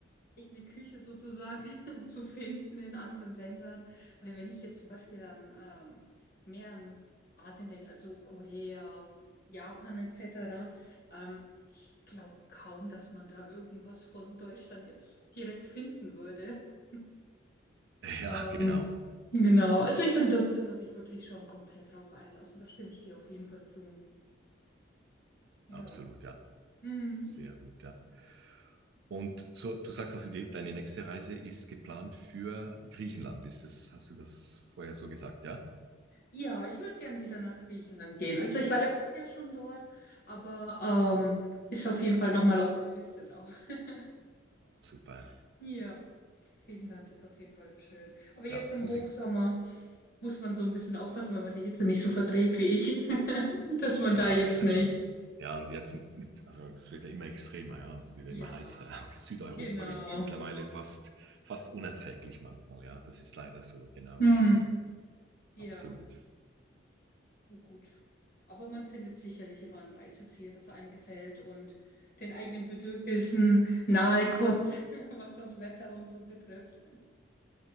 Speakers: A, on the left (about 50°); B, on the right (about 60°).
A: eigene Küche sozusagen <laughs> zu finden in anderen Ländern. Weil wenn ich jetzt zum Beispiel an ähm, mehr an Asien denke, also Korea, Japan etc., ähm, ich glaube kaum, dass man da irgendwas von Deutschland jetzt direkt finden würde. <laughs>
B: <laughs> Ja,
A: Ähm,
B: genau.
A: genau, also ich finde, da sollte man sich wirklich schon komplett drauf einlassen. Da stimme ich dir auf jeden Fall zu. Ja.
B: Absolut, ja.
A: Mhm.
B: Sehr gut, ja. Und so, du sagst also, die, deine nächste Reise ist geplant für Griechenland. Ist das, hast du das vorher so gesagt, ja?
A: Ja, ich würde gern wieder nach Griechenland gehen. Also ich war letztes Jahr schon dort, aber ähm, ist auf jeden Fall nochmal auf meine Liste drauf. <laughs>
B: Super.
A: Ja, Griechenland ist auf jeden Fall schön. Aber jetzt
B: Ja,
A: im
B: muss
A: Hochsommer
B: ich,
A: muss man so ein bisschen aufpassen, wenn man die Hitze nicht so verträgt wie ich, <laughs> dass man
B: Ja,
A: da jetzt
B: das ist dann
A: nicht.
B: schon. Ja, und jetzt mit, mit, also es wird ja immer extremer, ja, also es wird
A: Ja,
B: ja immer heißer. <laughs> Auch Südeuropa
A: genau.
B: wird mittlerweile fast, fast unerträglich manchmal, ja. Das ist leider so, genau,
A: Hm.
B: ja.
A: Ja,
B: Absolut,
A: oh gut. Aber man findet sicherlich immer ein Reiseziel, das einem gefällt und den eigenen Bedürfnissen nahe kommt, <laughs> was das Wetter und so betrifft.